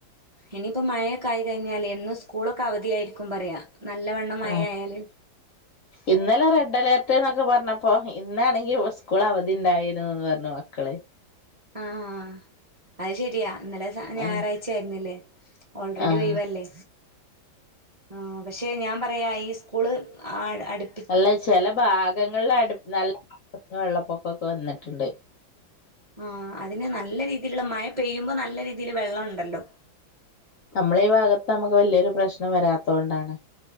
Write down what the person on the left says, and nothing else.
ആഹ്
ഇന്നലെ റെഡ് അലേർട്ട്ന്നൊക്കെ പറഞ്ഞപ്പൊ ഇന്നാണെങ്കി സ്കൂള് അവധിണ്ടായിരുന്ന് പറഞ്ഞു മക്കളെ
ഉം
ആഹ്
അല്ല ചെല ഭാഗങ്ങളില് അടുപ്പി നല്ല വെള്ളപ്പൊക്കൊക്കെ വന്ന്ട്ടുണ്ട്
നമ്മളെ ഈ ഭാഗത്ത് നമുക്ക് വല്ല്യയൊരു പ്രശ്നം വരാത്തോണ്ടാണ്